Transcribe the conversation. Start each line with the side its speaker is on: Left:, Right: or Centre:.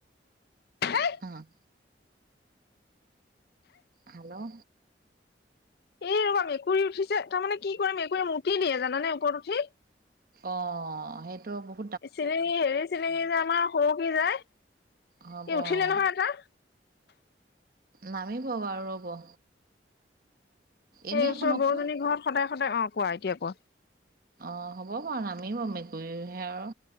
Left: হেই
Right: অহ'। হেল্ল'
Left: এই ৰবা মেকুৰী উঠিছে তাৰমানে কি কৰে মেকুৰীয়ে মুটি দিয়ে জানানে ওপৰত উঠি।
Right: অহ সেইটো ব
Left: চিলিঙি হেৰি চিলিঙি যে আমাৰ হৰুকি যায় ই
Right: হ'ব
Left: উঠিলে
Right: অঁ
Left: নহয় এটা।
Right: নামিব বাৰু ৰ'ব। এনেই
Left: এই ওচৰৰ
Right: শুনকচোন
Left: বৌ-জনীৰ ঘৰত সদায় সদায় অহ কোৱা এতিয়া কোৱা।
Right: অ হ'ব বাৰু নামিব মেকুৰীৰহে আৰু